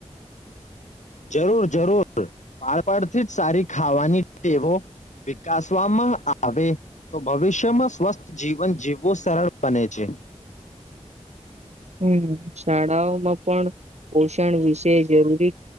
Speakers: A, on the left; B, on the right.
A: જરૂર જરૂર બાળપણથી જ સારી ખાવાની ટેવો વિકસવામાં આવે, તો ભવિષ્યમાં સ્વસ્થ જીવન જીવવું સરળ બને છે.
B: હમ શાળાઓમાં પણ પોષણ વિશે જરૂરી